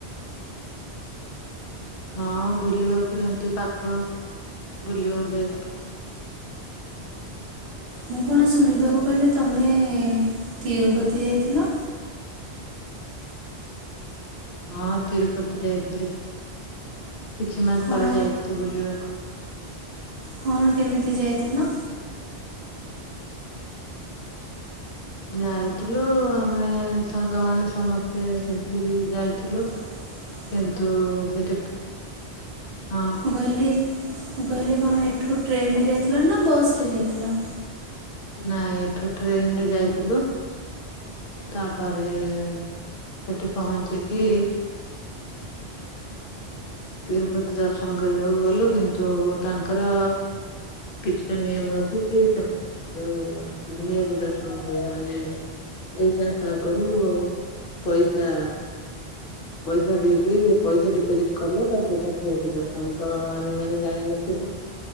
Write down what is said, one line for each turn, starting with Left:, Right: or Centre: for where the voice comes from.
Left: ହଁ ବୁଲିବାକୁ ଏମତି ପାଖ ବୁଲିବାକୁ ଯାଇଥିଲି।
Right: ମୁଁ କଣ ଶୁଣିବାକୁ ପାଇହିଲି ତମେ ତିରୁପତି ଯାଇଥିଲ।
Left: ହଁ ତିରୁପତି ଯାଇଥିଲି। କିଛି ମାସ
Right: କ'ଣ
Left: ତଳେ ଯାଇଥିଲି ବୁଲିବା
Right: କଣ କେମିତି ଯାଇଥିଲ?
Left: ଯାଇଥିଲୁ ଆମେ ସାଙ୍ଗମାନେ ସମସ୍ତେ ମିଶିକି ଯାଇଥିଲୁ।
Right: ହ
Left: କିନ୍ତୁ ସେଠି ହଁ।
Right: ମୁଁ କହିଲି ମୁଁ କହିଲି କଣ ଏଠୁ ଟ୍ରେନେ ଯାଇଥିଲ ନା ବସ୍ରେ ଯାଇଥିଲ?
Left: ନାଇଁ ଏଠୁ ଟ୍ରେନ ରେ ଯାଇଥିଲୁ। ତାପରେ ସେଠି ପହଞ୍ଚିକି ତିରୁପତି ଦର୍ଶନ କରିବାକୁ ଗଲୁ କିନ୍ତୁ ତାଙ୍କର କିଛିଟା ନିୟମ ଅଛି କି ସେମାନ <unintelligible> ଦର୍ଶନ ହୁଏ ମାନେ ଦୁଇ ମାସ ଆଗରୁ ଆଉ ପଇସା ପଇସା ଦେଇକି, ପଇସା ଡିପୋଜିଟ୍ କଲେ ତ ସେଇଟା ଭି ଆଇ ପି ଦର୍ଶନ, ତ ଆମେ ମାନେ ଜାଣିିନଥିଲୁ